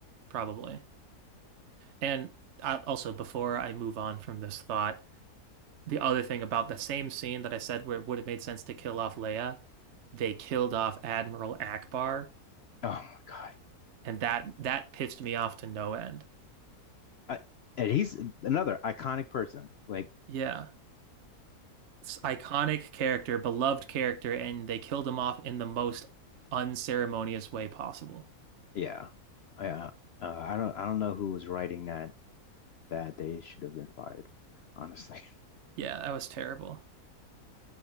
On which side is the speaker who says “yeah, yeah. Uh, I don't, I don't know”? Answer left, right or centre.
Left